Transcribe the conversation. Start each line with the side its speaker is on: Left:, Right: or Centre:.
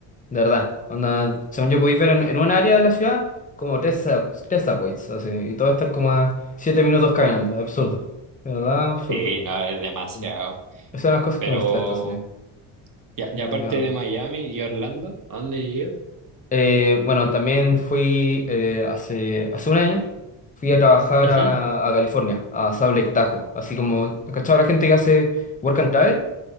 Left: de verdad. Onda, según yo podéis ver en, en un área de la ciudad, como tres, sub- tres subways, así, y todo está como a siete minutos caminando, es absurdo, de verdad, absurdo.
Right: Sí, no, es demasiado.
Left: Sí. Esas son las cosas
Right: Pero,
Left: que me gustan de Estados Unidos,
Right: ya a-
Left: la
Right: y aparte
Left: comida rápida.
Right: de Miami y Orlando, ¿a dónde yo?
Left: Eh, bueno, también fui eh, hace, hace un año, fui a trabajar
Right: Ujú.
Left: a, a California, a Salt Lake Tahoe, así como, ¿cachado la gente que hace work and travel?